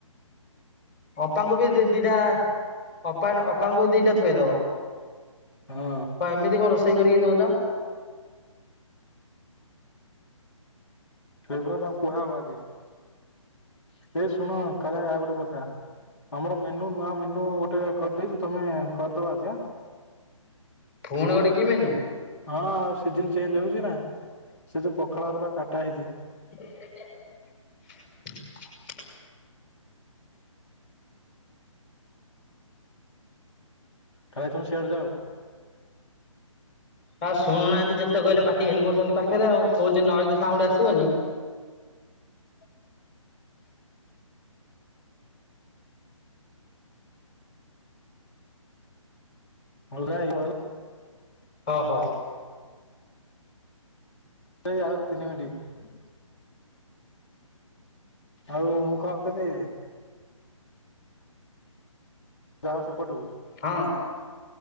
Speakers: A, on the left (about 20°); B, on the left (about 60°).
A: ଅପାଙ୍କୁ ବିି ଦି ଦିଟା ଅପା ନ ଅପାଙ୍କୁ ବି ଦିଇଟା ଥୋଇଦବ।
B: ହଁ
A: କଣ ଏମିତି କଣ ରୋଷେଇ କରିକି ଦୋଉଚ।
B: ସେଗୁରା ତାଙ୍କୁ କୁହା ହବ ଆଜି ଏ ଶୁଣ କାଳେ ଆଉ ଗୋଟେ କଥା। ଆମର ମେନୁ ନୂଆ ମେନୁ ଗୋଟେ କରିଦେଇଚୁ ତମେ କରିଦବା ଆଜି ଆଁ।
A: ଫୁଣି ଗୋଟେ କି ମେନୁ?
B: ହଁ ଆଉ ସିଜନ ଚେଞ୍ଜ ହୋଉଚିନା ସେ ଯୋଉ ପଖାଳ ଭାତଟା କାଟା ହେଇଚି।
A: <inaudible>
B: ଖାଇବା ତମେ ସିଆଡେ ଯାଅ?
A: ଆ ଶୁଣୁନାହାନ୍ତି ଯେ ଯେତେ କହିଲେ ପାଟି ଖାଲି କରୁଚନ୍ତି ପାଖେରେ ଆଉ କୋହୁଚି ନଏଜ ସାଉଣ୍ଡ ଆସିବନି।
B: <inaudible> ଅଲଗା। <unintelligible>
A: ଅଂ ହଉ।
B: ସେଇ ଆଉ ତିନି ମିନଟି। ଆଉ ମୁଁ କଣ କଲି ଯାଅ ସେପଟକୁ।
A: ହଁ।